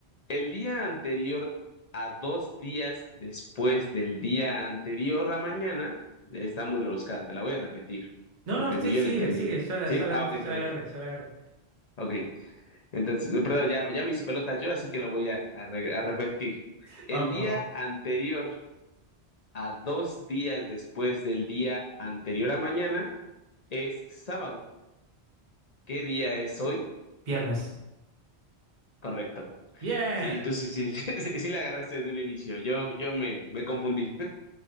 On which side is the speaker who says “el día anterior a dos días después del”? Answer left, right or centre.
Left